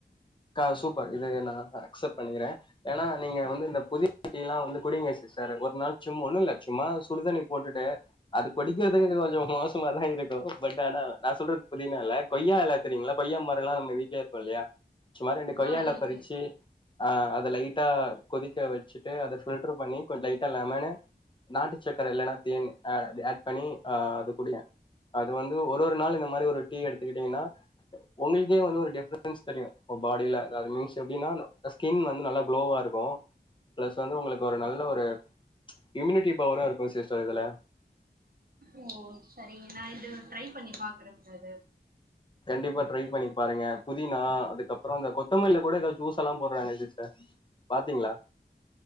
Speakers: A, on the left; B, on the right.
A: கா சூப்பர் இது நா அக்செப்ட் பண்ணிக்கிறே ஏனா நீங்க வந்து இந்த புதினா டீல்லா வந்து குடிங்க சி டர் ஒர் நாள் சும் ஒண்ணுல்ல ஒரு ‌நாள் சுடுதண்ணி போட்டுட்டு அது குடிக்கிறதுக்கு கொஞ்சொ மோசமாதாருக்கு பட் ஆனா நா சொல்ற புதினால்ல கொய்யா எல தெரியுங்ளா கொய்யா மரொல்லா நம்ம வீட்லயே இருக்கு இல்லயா சும்மா ரெண்டு கொய்யால
B: ஆ இருக்கு
A: பறிச்சு ஆ அத லைட்டா கொதிக்க வச்சுட்டு அத ஃபில்ட்ரு பண்ணி கொஞ் லைட்டா லெமனு நாட்டு சக்கர இல்லன்னா தேனு அது ஆட் பண்ணி ஆ அது குடிங்க அது வந்து ஒரு ஒரு நாள் இந்த மாரி ஒரு டீ எடுத்துக்கிட்டீங்கன்னா உங்களுக்கே வந்து ஒரு டிஃப்ரன்ஸ் தெரியு பாடில அதாவ்து மீன்ஸ் எப்டின்னா ஸ்கின் வந்து நல்லா க்ளோவாருக்கு ப்ளஸ் வந்து உங்களுக்கு ஒரு நல்ல ஒரு இம்யூனிட்டி பவரு இருக்கு சிஸ்டர் இதுல
B: ஓ செரி நா இது ட்ரை பண்ணி பாக்கறே முடாது
A: கண்டிப்பா ட்ரை பண்ணி பாருங்க புதினா அதுக்கப்பறோ இந்த கொத்தமல்லில கூட ஏதாவது ஜூஸ் எல்லா போடுறாங்க சிஸ்டர் பாத்தீங்களா